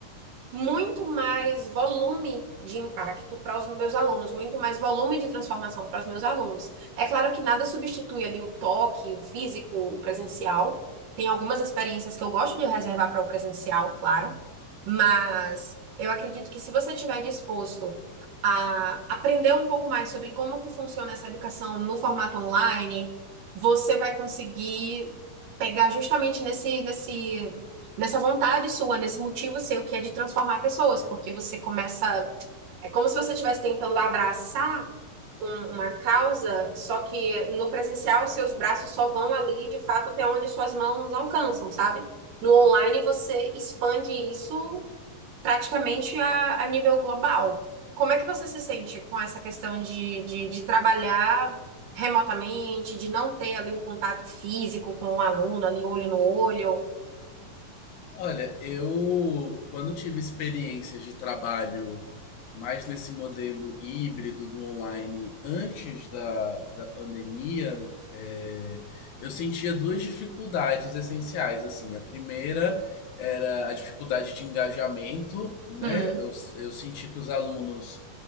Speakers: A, on the right; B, on the left.
A: muito mais volume de impacto para os meus alunos, muito mais volume de transformação para os meus alunos. É claro que nada substitui ali o toque, o físico, o presencial. Tem algumas experiências que eu gosto de reservar para o presencial, claro mas eu acredito que se você estiver disposto a aprender um pouco mais sobre como que funciona essa educação no formato online, você vai conseguir pegar justamente nesse, nesse, nessa vontade sua, nesse motivo seu, que é de transformar pessoas, porque você começa. É como se você estivesse tentando abraçar um- uma causa, só que no presencial seus braços só vão ali, de fato, até onde suas mãos alcançam, sabe? No online você expande isso praticamente a, a nível global. Como é que você se sente com essa questão de, de, de trabalhar remotamente, de não ter ali um contato físico com o aluno, ali olho no olho?
B: Olha, eu quando tive experiências de trabalho mais nesse modelo híbrido do online antes da, da pandemia, é, eu sentia duas dificuldades essenciais, assim. A primeira era a dificuldade de engajamento, né?
A: Hum,
B: Eu, eu senti que os alunos